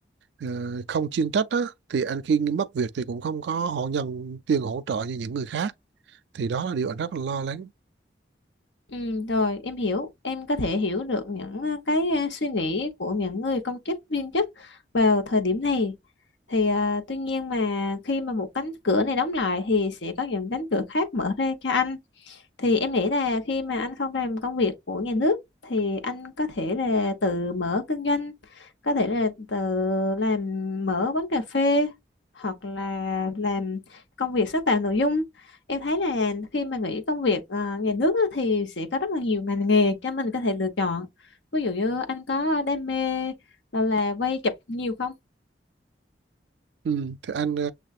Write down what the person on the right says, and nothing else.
ờ, không chuyên trách á thì anh khi mất việc thì cũng không có họ nhận tiền hỗ trợ như những người khác thì đó là điều anh rất là lo lắng
ừ. thì anh ờ,